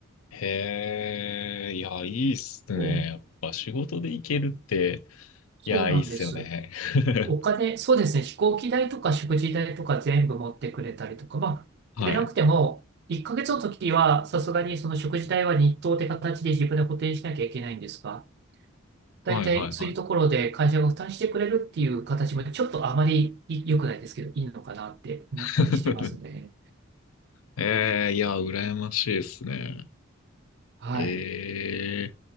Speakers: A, on the left (about 80°); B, on the right (about 50°).
A: へえ、いや、いいっすね。
B: そう、
A: やっぱ仕事で行けるって、
B: そうなんです。
A: いや、いいっすよね。<laughs>
B: お金、そうですね、飛行機代とか食事代とか全部持ってくれたりとか、まあ、
A: はい。
B: でなくても、1ヶ月の時は、さすがにその食事代は日当って形で自分で補填しなきゃいけないんですが、大体そういうところで会社が負担してくれるっていう形も、
A: はいはいはい。
B: ちょっとあまり良くないですけど、いいのかなって思ったりしてますね。
A: <laughs> ええ、いや、羨ましいっすね。
B: はい。
A: ええ。